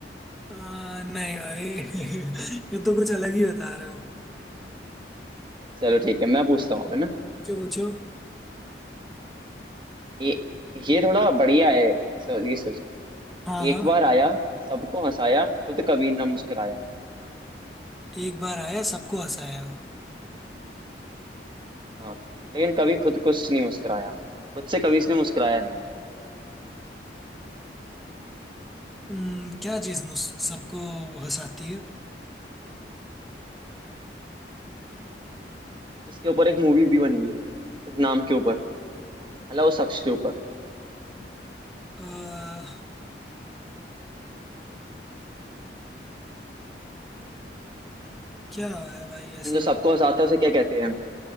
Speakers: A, in the centre; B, on the right (about 25°).
A: आ, नहीं भाई <laughs> ये तो कुछ अलग ही बता रहे हो
B: चलो ठीक है मैं पूछता हूँ अब, है ना
A: पूछो पूछो
B: ये ये थोड़ा बढ़िया है सो- ये सोचा
A: हाँ हाँ
B: एक बार आया सबको हंसाया खुद कभी ना मुस्कुराया
A: एक बार आया सबको हंसाया
B: हाँ लेकिन कभी खुद को उसने नहीं मुस्कुराया खुद से कभी इसने मुस्कुराया नहीं
A: हम्म, क्या चीज मुझ सबको हंसाती है
B: इसके ऊपर एक मूवी भी बनी है इस नाम के ऊपर मतलब उस शख्स के ऊपर
A: आ, क्या है भाई ऐसा
B: जो सबको हंसाता है उसे क्या कहते हैं